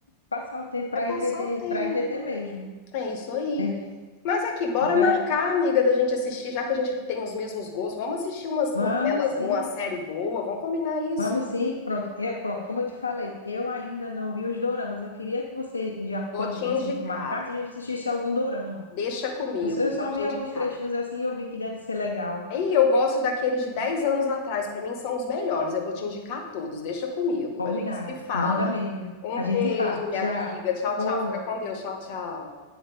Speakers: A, on the left; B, on the left.
A: passar o tempo para
B: Vai passar
A: entreter,
B: o tempo.
A: para entreter mesmo.
B: É isso aí.
A: É
B: Mas aqui, bora
A: verdade.
B: É. marcar, amiga, da gente assistir, já que a gente tem os mesmos gostos. Vamos assistir umas
A: Vamos
B: novelas
A: sim.
B: boas, uma série boa, vamos combinar isso.
A: Vamos sim, pronto. Eu, pronto, como eu te falei, eu ainda não vi os doramas. Eu queria que você, já quando
B: Vou te
A: viesse
B: indicar.
A: a gente marcasse, a gente assistisse algum dorama.
B: Deixa comigo,
A: Eu só eu só
B: vou te
A: vi
B: indicar.
A: alguns trechinhos assim e eu vi que deve ser legal.
B: Ei, eu gosto daqueles de 10 anos atrás, pra mim são os melhores. Eu vou te indicar todos, deixa comigo.
A: Combinado.
B: A gente se fala.
A: Manda mesmo.
B: Um
A: A gente
B: beijo,
A: se fala.
B: minha
A: Tchau.
B: amiga. Tchau, tchau.
A: Ô,
B: Fica com Deus. Tchau, tchau.